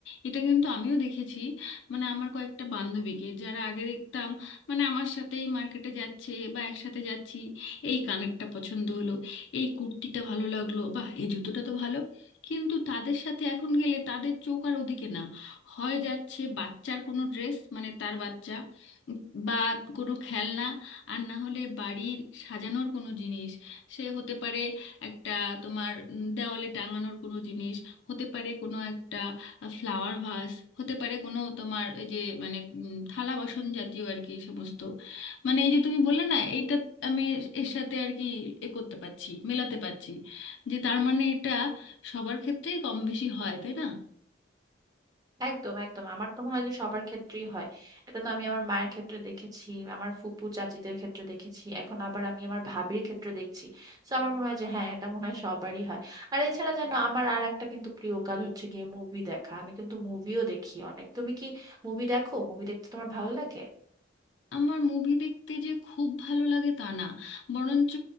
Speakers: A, on the left; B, on the right.
A: এটা কিন্তু আমিও দেখেছি মানে আমার কয়েকটা বান্ধবীকে যারা আগে দেখতাম মানে আমার সাথেই মার্কেটে যাচ্ছে বা একসাথে যাচ্ছি এই কানেরটা পছন্দ হলো এই কুর্তিটা ভালো লাগলো বা এই জুতোটা তো ভালো কিন্তু তাদের সাথে এখন গেলে তাদের চোখ আর ওদিকে না হয় যাচ্ছে বাচ্চার কোনো ড্রেস মানে তার বাচ্চা বা কোনো খেলনা আর না হলে বাড়ির সাজানোর কোনো জিনিস সে হতে পারে একটা তোমার উম, দেওয়ালে টাঙানোর কোনো জিনিস হতে পারে কোনো একটা ফ্লাওয়ার ভাস হতে পারে কোনো তোমার ওই যে মানে উম, থালা বাসন জাতীয় আর কি এই সমস্ত মানে এই যে তুমি বললে না এইটা আমি এর সাথে আর কি এ করতে পারছি মেলাতে পারছি যে তার মানে এটা সবার ক্ষেত্রেই কম বেশি হয় তাই না
B: একদম একদম আমার তো মনে হয় যে সবার ক্ষেত্রেই হয় এটা তো আমি আমার মায়ের ক্ষেত্রে দেখেছি আমার ফুপু চাচিদের ক্ষেত্রে দেখেছি এখন আবার আমি আমার ভাবির ক্ষেত্রে দেখছি তো আমার মনে হয় যে হ্যাঁ এটা মনে হয় সবারই হয় আর এছাড়া যেন আমার আর একটা কিন্তু প্রিয় কাজ হচ্ছে গিয়ে মুভি দেখা আমি কিন্তু মুভিও দেখি অনেক তুমি কি মুভি দেখো মুভি দেখতে তোমার ভালো লাগে
A: আমার মুভি দেখতে যে খুব ভালো লাগে তা না বরঞ্চ